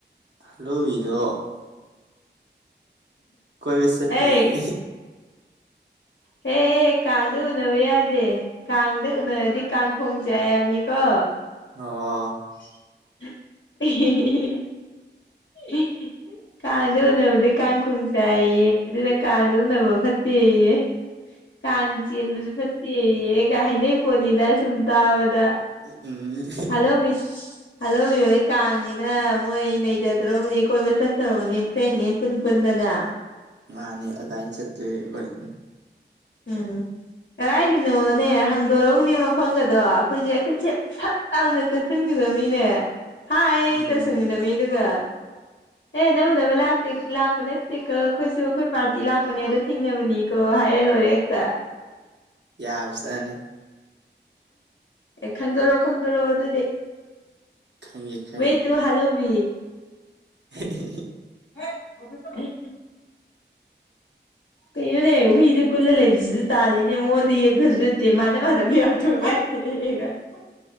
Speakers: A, on the right (about 70°); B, on the left (about 85°).
A: ꯍꯂꯣꯕꯤꯗꯣ ꯀꯣꯏꯕ ꯆꯠꯅꯤꯌꯦ꯫
B: ꯑꯩ ꯍꯦ ꯍꯦ ꯀꯥꯡꯗ ꯎꯟꯅꯕ ꯌꯥꯗꯦ꯫ ꯀꯥꯡꯗ ꯎꯅꯔꯗꯤ ꯀꯥꯡꯈꯣꯡ ꯆꯥꯏ ꯍꯥꯏꯕꯅꯤꯀꯣ꯫
A: ꯑꯣ꯫
B: <unintelligible> <unintelligible> ꯀꯥꯡꯗ ꯎꯅꯕꯗꯤ ꯀꯥꯡꯈꯨꯟ ꯆꯥꯏꯌꯦ ꯑꯗꯨꯅ ꯀꯥꯡꯗ ꯎꯅꯕ ꯐꯠꯇꯦꯌꯦ꯫
A: <inaudible>
B: ꯀꯥꯡ ꯆꯦꯟꯕꯁꯨ ꯐꯠꯇꯦꯌꯦꯒꯥ ꯍꯥꯏꯅꯩ ꯄꯣꯟꯅꯤꯗ ꯁꯨꯝ ꯇꯥꯕꯗ꯫
A: <unintelligible>
B: <unintelligible> ꯍꯜꯂꫭꯕꯤꯍꫭꯏ ꯀꯥꯡꯅꯤꯅ ꯃꯣꯏ ꯅꯩꯖꯗ꯭ꯔꯕꯅꯤ ꯀꯣꯏꯕ ꯆꯠꯇꯧꯕꯅꯤ ꯐ꯭ꯔꯦꯟꯉꯩ ꯄꯨꯟꯄꯨꯟꯗꯅ꯫
A: ꯃꯥꯅꯤ ꯑꯗꯥꯏꯅ ꯆꯠꯇꫭꯏꯔ ꯑꫭꯏ
B: ꯎꯝ ꯀꯗꯥꯥꯏꯗꯅꯣꯅꯦ ꯍꯥꯡꯗꯣꯔꯛꯎꯅꯦ ꯃꯐꯝꯒꯗꯣ ꯑꯩꯈꯣꯏꯁꯦ ꯇꯁꯦꯠ ꯁꯛ ꯂꯥꯎꯅ ꯆꯠꯁꯤꯟꯒꯗꯅꯤꯅꯦ꯫ ꯍꯥꯏ
A: ꯎꯝ
B: ꯇꯧꯁꯤꯟꯒꯗꯃꯤ ꯗꯨꯒ꯫ ꯑꯦ ꯅꯪ ꯎꯅꯕ ꯂꯥꯛꯇꯦ ꯂꯥꯛꯄ ꯅꯠꯇꯦꯀꫭ ꯑꯈꯣꯏꯁꯨ ꯑꯈꯣꯏ ꯄꯥꯔꯇꯤ ꯂꯥꯛꯄꯅꯦ ꯑꯗꯣ ꯊꯦꯡꯅꯕꯅꯤ꯫ ꯀꯣ ꯍꯥꯏꯔ ꯂꯣꯔꯦ ꯍꯦꯛꯇ꯫
A: ꯌꯥꯕ ꯆꯥꯠꯅꯤ꯫
B: ꯑꯦ ꯈꯪꯗꯣꯔꯣ-ꯈꯪꯗꯣꯔꯣ ꯑꯗꯨꯗꯤ
A: ꯈꯪꯉꯦ ꯈꯪꯉꯦ
B: ꯋꯦ ꯇꯨ ꯍꯥꯜꯂꯣ꯫ <unintelligible>
A: <unintelligible>
B: <inaudible> ꯀꯩꯅꯣꯅꯦ ꯍꯨꯏꯁꯦ ꯀꯨꯜꯂ ꯂꯩꯕꯁꯤꯁꯨ ꯇꯥꯜꯂꯤꯅꯦ ꯃꯉꯣꯟꯗ ꯌꯦꯠꯄꯁꯨ ꯅꯠꯇꯦ ꯃꯥꯅ ꯃꯥꯥꯟꯅꯕ ꯌꯥꯎꯊꯣꯛꯑꯦ꯫ <unintelligible>